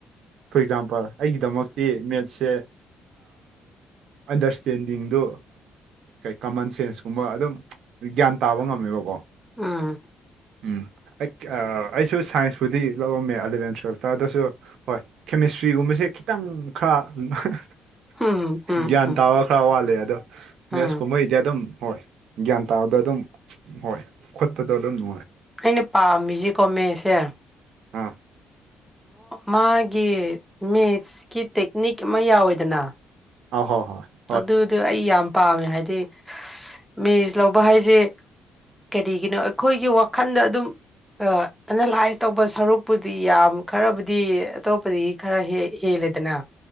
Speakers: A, on the right; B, in the centre.
A: ꯐꯣꯔ ꯑꯦꯛꯖꯥꯝꯄꯜ ꯑꯩꯒꯤꯗꯃꯛꯇꯤ ꯃꯦꯠꯁꯦ ꯑꯟꯗꯔꯁꯇꯦꯟꯗꯤꯡꯗꯨ ꯀꯃꯟ ꯁꯦꯟꯁꯀꯨꯝꯕ ꯑꯗꯨꯝ ꯒ꯭ꯌꯥꯟ ꯇꯥꯕ ꯉꯝꯃꯦꯕꯀꯣ
B: ꯑꯥ
A: ꯎꯝ ꯑꯩ ꯑꯩꯁꯨ ꯁꯥꯏꯟꯁꯄꯨꯗꯤ ꯂꯧꯔꯝꯃꯦ ꯑꯦꯂꯚꯦꯟ ꯇꯨꯋꯜꯐꯇ ꯑꯗꯨꯗꯁꯨ ꯍꯣꯏ ꯀꯦꯃꯤꯁꯇ꯭ꯔꯤꯒꯨꯝꯕꯁꯦ ꯈꯤꯇꯪ ꯈꯔ
B: ꯎꯝ ꯎꯝ
A: ꯒ꯭ꯌꯥꯟ
B: ꯎꯝ
A: ꯇꯥꯕ ꯈꯔ ꯋꯥꯠꯂꯦ ꯑꯗꯣ
B: ꯎꯝ
A: ꯃꯦꯁ ꯀꯨꯝꯕꯗꯤ ꯑꯗꯨꯝ ꯍꯣꯏ ꯒ꯭ꯌꯥꯟ ꯇꯥꯕꯗꯣ ꯑꯗꯨꯝ ꯍꯣꯏ ꯈꯣꯠꯄꯗꯣ ꯑꯗꯨꯝ ꯅꯨꯡꯉꯥꯏ
B: ꯑꯩꯅ ꯄꯥꯝꯃꯤꯁꯤꯀꯣ ꯃꯦꯁꯦ
A: ꯍꯥꯥ
B: ꯃꯥꯒꯤ ꯃꯤꯦꯠꯁꯀꯤ ꯇꯦꯛꯅꯤꯛ ꯑꯃ ꯌꯥꯎꯋꯦꯗꯅ
A: ꯑ ꯍꯣꯏ ꯍꯣꯏ
B: ꯑꯗꯨꯗꯤ ꯑꯩ ꯌꯥꯝ ꯄꯥꯝꯃꯦ ꯍꯥꯏꯗꯤ ꯃꯤꯦꯁ ꯂꯧꯕ ꯍꯥꯏꯁꯦ ꯀꯔꯤꯒꯤꯅꯣ ꯑꯩꯈꯣꯏꯒꯤ ꯋꯥꯈꯜꯗ ꯑꯗꯨꯝ ꯑ ꯑꯦꯅꯥꯂꯥꯏꯁ ꯇꯧꯕ ꯁꯔꯨꯛꯄꯨꯗꯤ ꯌꯥꯝ ꯈꯔꯕꯨꯗꯤ ꯑꯇꯣꯞꯄꯗꯒꯤ ꯈꯔ ꯍꯦ ꯍꯦꯂꯗꯅ